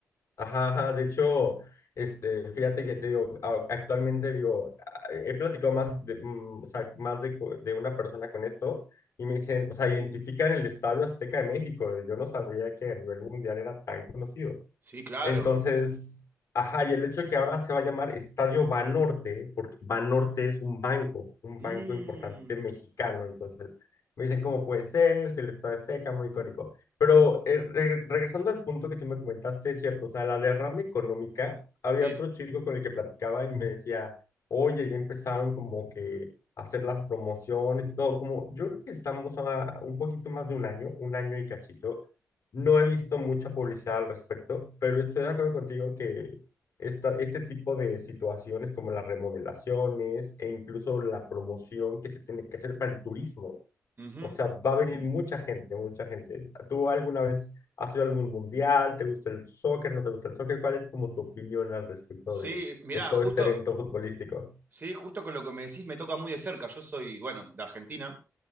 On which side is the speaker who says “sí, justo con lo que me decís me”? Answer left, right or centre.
Right